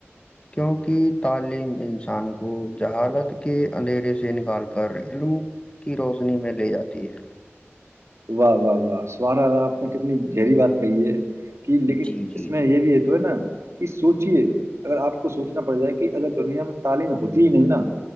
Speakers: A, on the left; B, on the right.
A: کیوںکہ تعلیم انسان کو جہادت کے اندھیرے سے نکال کر علم کی روشنی میں لے جاتی ہے
B: واہ واہ واہ سوارا آپ نے کتنی گہری بات کہی ہے کہ لیکن
A: جی جی
B: اس میں
A: جی
B: یہ بھی ہے تو ہے نا کہ سوچیے اگر آپ کو سوچنا پڑ جائے کہ اگر دنیا میں تعلیم ہوتی ہی نہیں نا